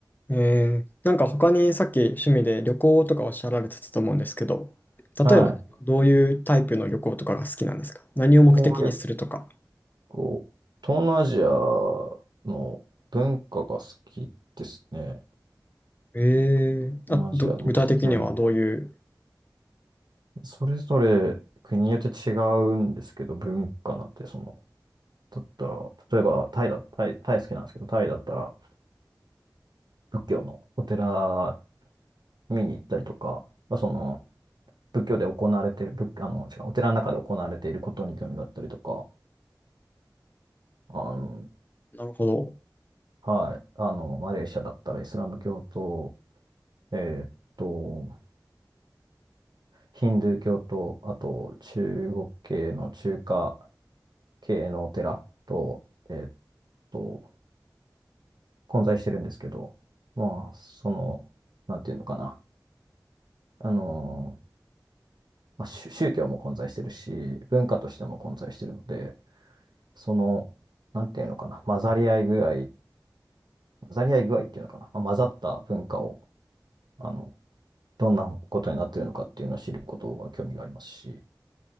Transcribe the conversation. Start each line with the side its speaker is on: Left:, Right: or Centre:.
Left: えー、なんか他にさっき趣味で旅行とかおっしゃられてたと思うんですけど、
Right: はい。
Left: 例えばどういうタイプの旅行とかが好きなんですか何を目的にするとか。
Right: こう結構、東南アジアの文化が好きですね。
Left: えー、
Right: 東南アジアの目的は文化。
Left: あ、ど、具体的にはどういう、
Right: それぞれ国によって違うんですけど、文化なんてその、だったら、例えばタイだ、タイ、タイ好きなんですけど、タイだったら、仏教のお寺見に行ったりとか、まあ、その仏教で行われてる、仏、あの、違う、お寺の中で行われていることに興味があったりとか、あの、
Left: なるほど。
Right: はい、あの、マレーシアだったらイスラム教と、えーっと、ヒンドゥー教と、あと中国系の中華系のお寺と、えーっと、混在してるんですけど、まあ、その、なんていうのかな、あの、まあ、宗宗教も混在してるし、文化としても混在してるので、その、なんていうのかな、混ざり合い具合、混ざり合い具合っていうのかな、まあ混ざった文化を、あの、どんなことになってるのかっていうのを知ることは興味がありますし、